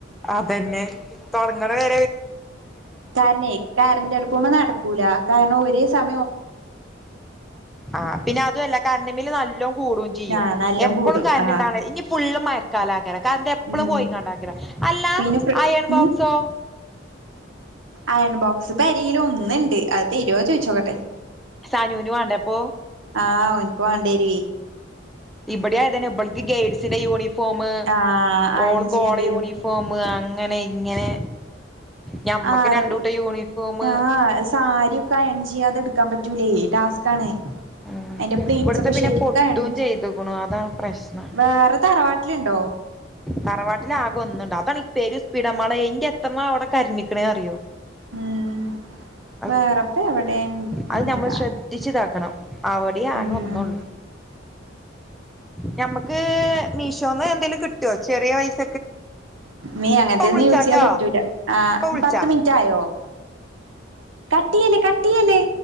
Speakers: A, in the centre; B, on the right.
A: അതന്നെ തൊടങ്ങ്ണരെ
B: കാരണേ കരന്റടുപ്പുമ്മെ നടക്കൂലാ കാരണം ഓര് <unintelligible>
A: ആ പിന്നെ അതുഅല്ല കരണ്ടിംബില്ല് നല്ലോംകൂടുംചെയ്യും
B: ആഹ് നല്ലോം
A: എപ്പളും
B: കൂടും
A: കരണ്ട്ണ്ടാവ
B: ആഹ്
A: ഇനിപ്പുള്ള് മഴ കാലാ കാര കര്ന്റെപ്പളും
B: ഉം
A: പോയിംകണ്ടാക്ക്രാ അല്ലാ
B: പിന്നെ ഫ്രി
A: അയൺ
B: ഉം
A: ബോക്സോ
B: അയൺ ബോക്സ് പെരീലൊന്ന് ണ്ട് അത് തരോ ചോയ്ചോക്കട്ടെ
A: സാനൂന് വാണ്ടപ്പോ
B: ആ ഓന്ക്ക് വാഡേരി
A: ഇപടിം ആയതന്നെ ഇബൾക്ക്കേട്സിന്റെ യൂണിഫോമ്
B: ആഹ് അയൺ
A: ഓൾക്ക്
B: ചെയ്യേണ്ടിരും
A: ഓളെ യൂണിഫോമ് അങ്ങനെ ഇങ്ങനെ ഞമ്മക്ക്
B: ആരോ
A: രണ്ടൂട്ടം യൂണിഫോമ്
B: ആ സാരിയൊക്കെ അയൺ ചെയ്യാതെടുക്കാൻ പറ്റു ലൈ ടാസ്കാണ്
A: ഉം
B: ഐന്റെ പ്ലീറ്റ്സൊക്കെ
A: ഇവിടുത്തെ പിന്നെ
B: ശരിക്കയൺചെയ്യണം
A: പൊട്ടും ചെയ്തുക്കുണു അതാണ് പ്രശ്നം
B: വേറെ തറവാട്ട് ല്ണ്ടോ
A: തറവാട്ടില് ആകെഒന്നുണ്ട് അതണീ പേരുസ്പിടമളേ ന്റെത്രണ്ണാ അവിടെ കര്ഞ്ഞ്ക്ക്ണ് അറിയോ
B: ഉം
A: അഹ്
B: വേറെപ്പ എവിടെ
A: അത്
B: ഉണ്ടാ
A: ഞമ്മള് ശ്രദ്ധിച്ച്താക്കണം അവിടിം ആകെന്നൊള്ളൂ
B: ഉം
A: ഞമ്മക്ക് മീഷോന്ന് എന്തേലും ട്ടൊ ചെറിയ പൈസ്
B: നീ അങ്ങനത്തെ
A: വിളിച്ചാട്ടോ
B: നീ യൂസ് ചെയ്യാൻ പറ്റൂല ആ
A: ഇപ്പ വിളിച്ചാ
B: പത്ത് മിൻറ്റ് ആയോ കട്ടിയ്യെല്ലേ കട്ടിയ്യെല്ലേ